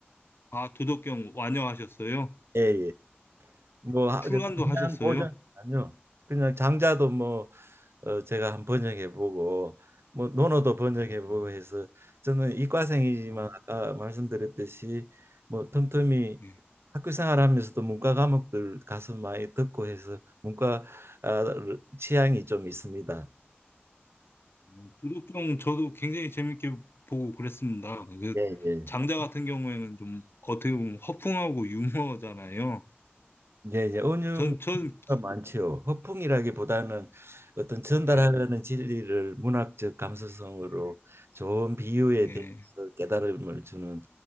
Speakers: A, on the left; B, on the right.
A: 아, 도덕경 완여하셨어요?
B: 예예 뭐 하-
A: 출간도
B: 근데 그냥
A: 하셨어요?
B: 고전 아니요 그냥 장자도 뭐 어, 제가 한 번역해보고 뭐 논어도 번역해보고
A: 음,
B: 해서 저는 이과생이지만
A: 아,
B: 아까 말씀드렸듯이 뭐 틈틈이
A: 예.
B: 학교 생활하면서도 문과 과목들 가서 많이 듣고 해서 문과 아, 취향이 좀 있습니다.
A: 음, 도덕경 저도 굉장히 재밌게 보고 그랬습니다. 그
B: 예, 예.
A: 장자 같은 경우에는 좀 어떻게 보면 허풍하고 유머잖아요.
B: 예, 예. 은유가
A: 전, 전, 기-
B: 많지요. 허풍이라기보다는 어떤 전달하려는
A: 예,
B: 진리를 문학적 감수성으로
A: 예,
B: 좋은 비유에
A: 예,
B: 대해서 깨달음을 주는